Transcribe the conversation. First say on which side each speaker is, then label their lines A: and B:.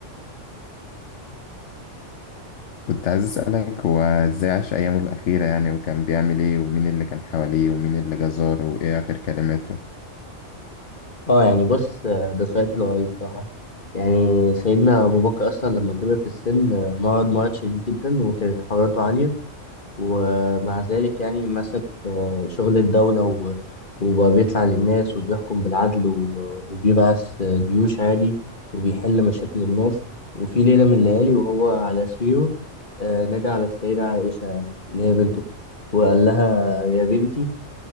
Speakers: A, on the left; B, on the left.
A: كنت عايز أسألك هو إزاي عاش أيامه الأخيرة يعني وكان بيعمل إيه ومين اللي كان حواليه ومين اللي جزاره وإيه آخر كلماته
B: اه يعني بص آه، ده سؤال حلو أوي بصراحة يعني سيدنا أبو بكر أصلا لما كبر في السن آه، مرض مرض شديد جدا وكانت حرارته عالية ومع ذلك يعني مسك آه، شغل الدولة و- وبقى بيطلع للناس وبيحكم بالعدل و- وبيبعث آه، جيوش عادي وبيحل مشاكل الناس وفي ليلة من الليالي وهو على سريره آه، نادى على السيدة عائشة يعني اللي هي بنته وقال لها يا بنتي